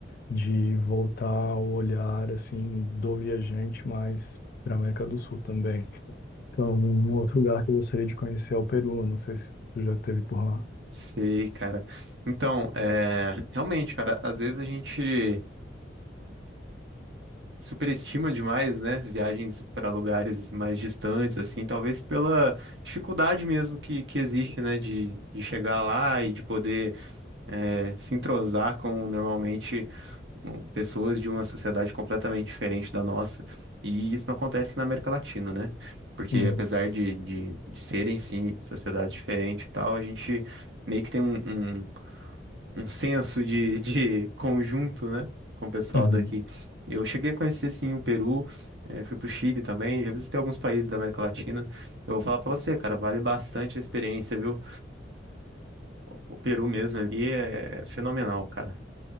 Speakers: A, on the left (about 55°); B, on the right (about 75°).
A: de voltar o olhar assim do viajante mais para a América do Sul também. Então, um outro lugar que eu gostaria de conhecer é o Peru. Não sei se tu já esteve por lá.
B: Sei, cara. Então, é, realmente, cara, às vezes a gente superestima demais, né? Viagens para lugares mais distantes, assim, talvez pela dificuldade mesmo que, que existe, né? De, de chegar lá e de poder eh, se entrosar com normalmente um, pessoas de uma sociedade completamente diferente da nossa. E isso não acontece na América Latina, né? Porque
A: Hum,
B: apesar de, de, de serem, sim, sociedades diferentes e tal, a gente meio que tem um, um um senso de, <laughs> de conjunto, né, com o pessoal
A: uhum,
B: daqui. Eu cheguei a conhecer, sim, o Peru, eh, fui para o Chile também, já visitei alguns países da América Latina. Eu vou falar para você, cara, vale bastante a experiência, viu? O Peru mesmo ali é fenomenal, cara.